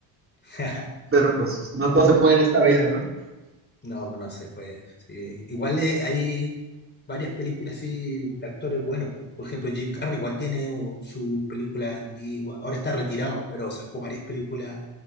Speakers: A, on the left; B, on the right.
A: <laughs>
B: pero pues no todo se puede en esta vida, ¿no?
A: No, pues no se puede. sí. Igual eh, hay varias películas así de actores buenos. pues. Por ejemplo, Jim Carrey igual tiene uh, su película antigua. Ahora está retirado, pero sacó varias películas